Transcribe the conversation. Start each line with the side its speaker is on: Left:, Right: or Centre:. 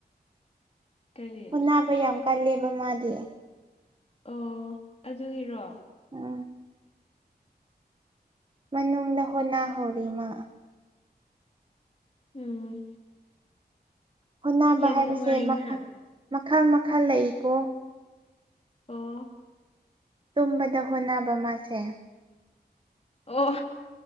Left: ꯀꯔꯤ
Right: ꯍꯣꯟꯅꯕ ꯌꯥꯝ ꯀꯜꯂꯦꯕ ꯃꯥꯗꯤ
Left: ꯑꯣ ꯑꯗꯨꯒꯤꯔꯣ
Right: ꯎꯝ ꯃꯅꯨꯡꯗ ꯍꯣꯠꯅꯍꯧꯔꯤ ꯃꯥ
Left: ꯎꯝ
Right: ꯍꯣꯠꯅꯕ
Left: ꯌꯥꯝ
Right: ꯍꯥꯏꯕꯁꯦ
Left: ꯅꯨꯡꯉꯥꯏꯅ
Right: ꯃꯈꯜ ꯃꯈꯜ ꯃꯈꯜ ꯂꯩꯏꯀꯣ
Left: ꯑꯣ
Right: ꯇꯨꯝꯕꯗ ꯍꯣꯠꯅꯕ ꯃꯥꯁꯦ
Left: ꯑꯣ